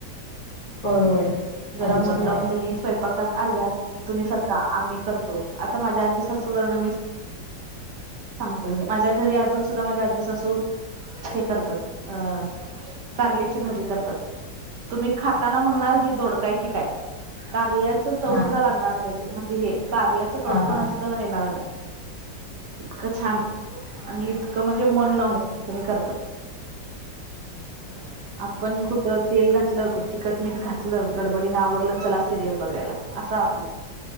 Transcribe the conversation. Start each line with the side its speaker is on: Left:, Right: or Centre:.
Left: होय होय.
Right: जरा
Left: आधीच्या
Right: मन
Left: काळातले
Right: लावून त्यांनी स्वयपाक आल्या कि तुम्ही सरका आम्ही करतो आता माझ्या आजी सासूवरन मी सांगतोय माझ्या घरी अजून सुद्धा माझ्या आजीसासू हे करतात अ कारल्याची भाजी करतात. तुम्ही खाताना म्हणणार ही दोडकाय की काय कारल्याच चव
Left: हा
Right: सुद्धा लागणार नाही म्हणजे हे कारल्याच कडूपणा
Left: हा हा
Right: सुद्धा येणार नाही. इतकं छान आणि इतकं म्हणजे मन लावून त्यांनी करतात.
Left: <inaudible>
Right: आपण कुठं तेल घातलं, कुट तिखटमीठ घातलं, गडबडीने आवरलं चला सिरियल बघायला. अस आपलं